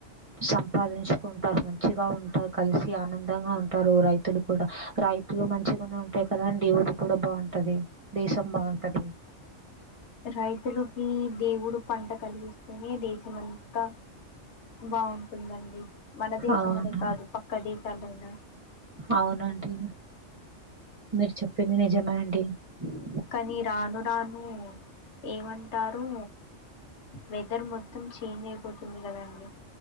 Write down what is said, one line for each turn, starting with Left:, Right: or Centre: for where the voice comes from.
Right: సంపాదించుకుంటారు మంచిగా ఉంటారు కలిసి ఆనందంగా ఉంటారు రైతులు కూడా రైతులు మంచి ఉంటాయి కదాండి ఊరు కూడ బాఉం ఉంటది దేశం బాఉంటది
Left: రైతులుకి దేవుడు పంట కలిగిస్తెనే దేశం అంతా బాఉం ందండి మన దేశం
Right: అవును
Left: అనే కాదు పక్క దేశ్ శాలెనా
Right: అవునండి మీరు చెప్పింది నిజమే అండి ఇ
Left: కానీ రాను రాను ఏమంటారు వెదర్ మొత్తం చేంజ్ అయిపోతుంది కదండి